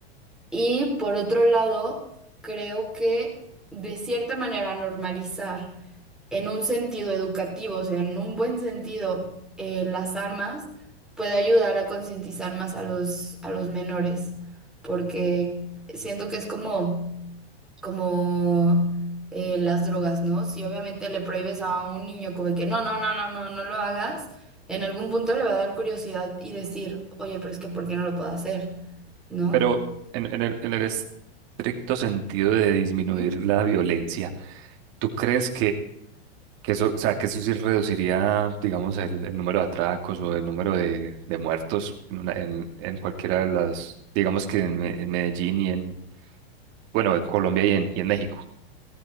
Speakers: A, in the centre; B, on the right.
A: Y por otro lado, creo que de cierta manera normalizar en un sentido educativo, o sea, en un buen sentido, eh, las armas puede ayudar a concientizar más a los, a los menores, porque siento que es como como eh, las drogas, ¿no? Si obviamente le prohíbes a un niño como de que no, no, no, no, no, no lo hagas, en algún punto le va a dar curiosidad y decir, oye, pero es que ¿por qué no lo puedo hacer? ¿No?
B: Pero en, en el, en el estricto sentido de disminuir
A: Ujú.
B: la violencia, ¿tú crees Que eso, o sea, que eso sí reduciría, digamos, el, el número de atracos o el número de, de muertos en, una, en, en cualquiera de las, digamos que en, Me- en Medellín y en, bueno, en Colombia y en, y en México.